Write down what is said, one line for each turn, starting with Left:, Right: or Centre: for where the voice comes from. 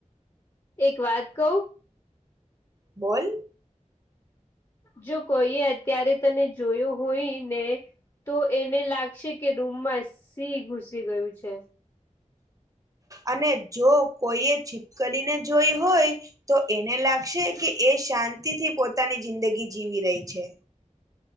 Left: એક વાત કઉ.
Right: બોલ.
Left: જો કોઈએ અત્યારે તને જોયું હોય ને. તો એને લાગશે કે રૂમમાં સિહ ઘુસી ગયું છે.
Right: અને જો કોઈ એ છીપકલી ને જોઈ હોય. તો એને લાગશે કે એ શાંતિથી પોતાની જિંદગી જીવી રહી છે.